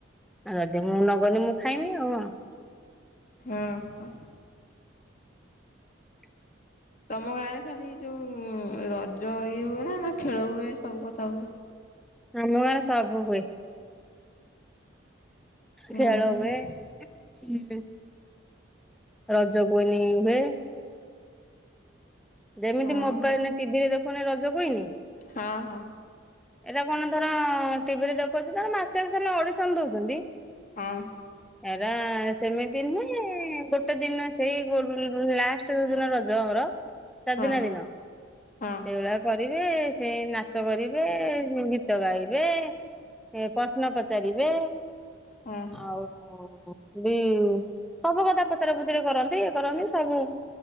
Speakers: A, in the centre; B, on the left (about 40°).
A: ଉ ଯଦି ମୁଁ ନଗଲି ମୁଁ ଖାଇବି ଆଉ।
B: ହଁ ହ।
A: ହ
B: ତମ ଗାଁ ରେ ଖାଲି ଯୋଉ ରଜ ଇଏ ହୁଏ ନା ଖେଳ ହୁଏ ସବୁ କଥା ହୁଏ?
A: ଆମ ଗାଁରେ ସବୁ ହୁଏ।
B: ହୁଁ
A: ଖେଳ ହୁଏ <unintelligible> ରଜ କୁଇନି ହୁଏ। ଯେମିତି
B: ହଁ
A: ମୋବାଇଲ ଟିଭି ରେ ଦେଖନି ରଜକୁଇନି
B: ହଁ ହଁ
A: ଏଇଟା କଣ ଧର ଟିଭିରେ ଦେଖଉଛି ଧ ମାସଆ ଅଡିସନ ଦଉଛନ୍ତି।
B: ହଁ।
A: ଏରା ସେମିତି ନୁହେଁ ଗୋଟେ ଦିନ ସେଇ ଲାଷ୍ଟ ଯୋଉ ଦିନ ରଜ ଆମର ତା
B: ହଁ
A: ଦିନ ଦିନ
B: ହଁ
A: ସେଇଭଳିଆ କରିବେ ସେଇ ନାଚ କରିବେ ଗୀତ ଗାଇବେ। ସେ ପ୍ରଶ୍ନ ପଚାରିବେ
B: ହଁ
A: ଆଉ ଓ <unintelligible> ସବୁ କଥା ପଚରା ପଚରି କରନ୍ତି ଇ କରନ୍ତି ସବୁ।